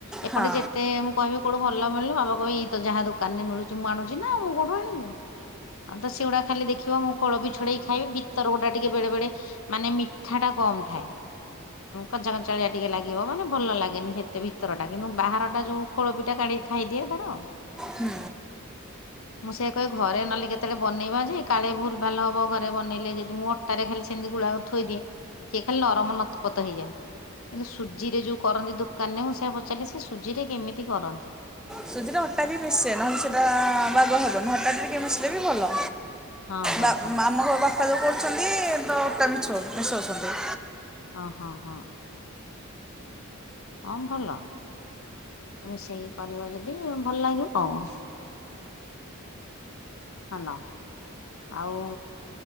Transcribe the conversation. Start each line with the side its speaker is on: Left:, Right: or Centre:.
Left: ଏପଟେ
Centre: ହଁ
Left: ଯେତେ ମୁଁ କହିବି କୋଉଠୁ ଭଲ ମିଳୁନି ବାବା। କଇଏ ଏଇ ତ ଯାହା ଦୋକାନ ରେ ମିଳୁଛି ମୁଁ ଆଣୁଛି ନା ମୁଁ କୋଉଠୁ ଆଣିବି ଆଉ। ଆଉ ତ ସେଗୁଡା ଖାଲି ଦେଖିବ ମୁ ଖୋଳ ବି ଛୁ ଡେଇ ଖାଇବି ଭିତର ଗୋଟା ଟିକେ ବେଳେ ବେଳେ ମାନେ ମିଠା ଟା କମ ଥାଏ। କଞ୍ଚା କଞ୍ଚାଳିଆ ଟିକେ ଲାଗିବ ମାନେ ଭଲ ଲାଗେନି ସେତେ ଭିତର ଟା କିନ୍ତୁ ବାହାରଟା ଯୋଉ ଖୋଳପିଟା। କାଢ଼ିକି ଖାଇଦିଏ ତାର।
Centre: ହୁଁ।
Left: ମୁଁ ସେଆ କହେ ଘରେ ନହେଲେ କେତେବେଳେ ବନେଇବା ଯେ କାଳେ ଭୁଲ ଭାଲ ହ ବ ଘରେ ବନେଇଲେ ଯଦି ମୁଁ ଅଟାରେ ଖାଲି ସେମିତି ଗୁଳାକୁ ଥୋଇଦିଏ ସିଏ ଖାଲି ନରମ ନତପତ ହେଇଯାଏ। କିନ୍ତୁ ସୁଜିରେ ଯୋଉ କରନ୍ତି ଦୋକାନରେ ମୁଁ ସେୟା ପଚାରିଲି ସେ ସୁଜିରେ କେମିତି କରନ୍ତି।
Centre: ସୁଜି ରେ ଅଟା ବି ମିଶେ ନହେଲେ ସେଇଟା ବାଗ ହବନି ଅଟା ଟିକେ ମିଶିଲେ ବି ଭଲ।
Left: ହଁ ହଁ
Centre: ବା
Left: ହଁ
Centre: ଆମ ବାପା ଯୋଉ କରୁଛନ୍ତି ତ ଅଟା ମିସ ମିଶଉଛନ୍ତି।
Left: ଅ ହଁ ହଁ। ହଁ ଭଲ। ମିଶେଇକି କରିବ ଯଦି ଭଲ ଲାଗିବ ଆଉ। ହାଲୋ ଆଉ